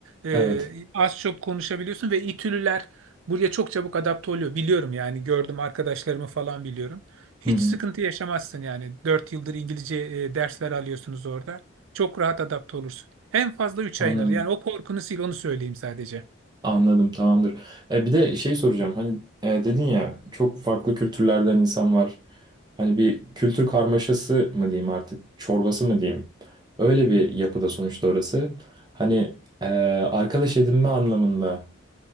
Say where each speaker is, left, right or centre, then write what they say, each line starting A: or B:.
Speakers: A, on the right; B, on the right.
A: E,
B: Evet,
A: az çok konuşabiliyorsun ve İtülüler buraya çok çabuk adapte oluyor. Biliyorum yani gördüm arkadaşlarımı falan biliyorum. Hiç
B: Hı hı.
A: sıkıntı yaşamazsın yani. dört yıldır İngilizce e, dersler alıyorsunuz orada. Çok rahat adapte olursun. En fazla üç
B: Anladım.
A: ay alır. Yani o korkunu sil onu söyleyeyim sadece.
B: Anladım, tamamdır. E, bir de şey soracağım. Hani e, dedin ya çok farklı kültürlerden insan var. Hani bir kültür karmaşası mı diyeyim artık, çorbası mı diyeyim? Öyle bir yapıda sonuçta orası. Hani e, arkadaş edinme anlamında.